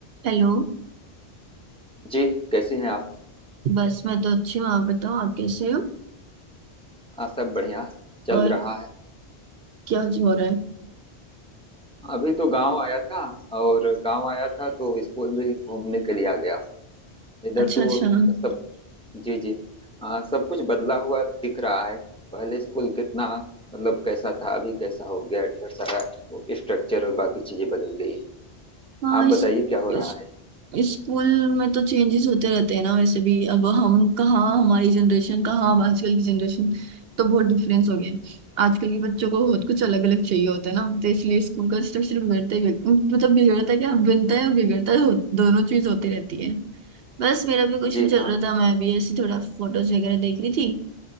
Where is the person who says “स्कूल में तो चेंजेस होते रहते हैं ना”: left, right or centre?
Right